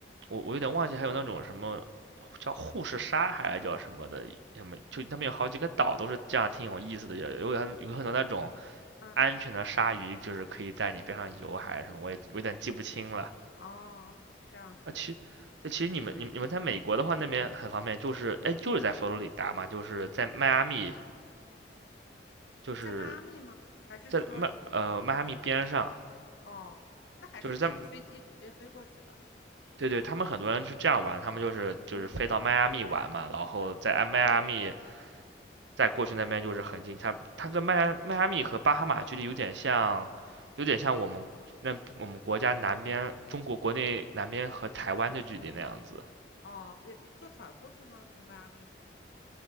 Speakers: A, on the right (about 80°); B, on the left (about 85°).
A: 我我有点忘记，还有那种什么叫护士鲨还是叫什么的，什么就他们有好几个岛都是这样，
B: 啊
A: 挺有意思的，有有很有很多那种
B: 啊。
A: 安全的鲨鱼，
B: 嗯
A: 就是可以在你边上游还是什么，我也我有点记不清了
B: 哦，这样子，
A: 啊。其就其实你们你们你们在美国的话，那边很方便，就是哎就是在佛罗里达嘛，就是在迈阿密，就是
B: 在迈阿密吗？还是说，
A: 在迈呃迈阿密边上，
B: 哦，那还是得飞机直接飞过去吧？
A: 就是在对对，他们很多人是这样玩，他们就是就是飞到迈阿密玩嘛，
B: 嗯
A: 然后在迈阿密
B: 嗯，
A: 在过去那边就是很近，它它跟迈迈阿密和巴哈马距离有点像，有点像我们那我们国家南边中国国内南边和台湾的距离那样子。
B: 哦，也是坐船过去吗？从迈阿密？